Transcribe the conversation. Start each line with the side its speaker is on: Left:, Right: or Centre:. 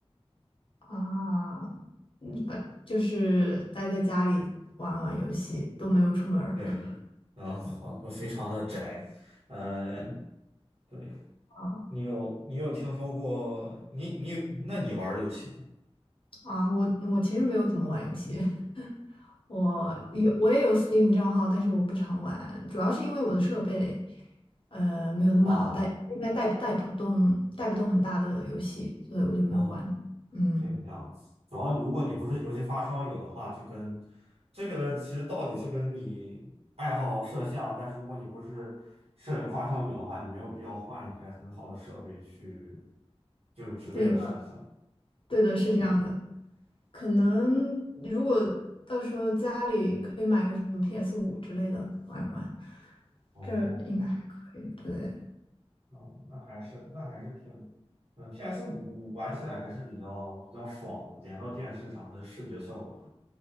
Left: 啊，嗯，反就是待在家里玩玩游戏，都没有出门儿
Right: 对，
Left: <laughs>
Right: 然后都非常的宅，呃，对，
Left: 啊
Right: 你有你有听说过你你那你玩儿游戏吗？
Left: 啊！我我其实没有怎么玩游戏，<laughs> 我有我也有
Right: 哦
Left: Steam 账号，但是我不常玩，主要是因为我的设备呃没有那么好带，
Right: 哦
Left: 应该带带不动带不动很大的游戏，所以我就没有玩。
Right: 哦，
Left: 嗯，
Right: 这个样子，主要如果你不是游戏发烧友的话，就跟这个其实道理就跟你爱好摄像，但是如果你不是摄影发烧友的话，你没有必要换一台很好的设备去，就只为了摄像。
Left: 对的对的，是这样的。可能如果到时候家里可以买个什么 p s 五之类的玩玩，
Right: 哦，
Left: 这应该还可以。对，
Right: 那那还是那还是挺，呃，PS 五玩起来还是比较比较爽的，连到电视上，它的视觉效果。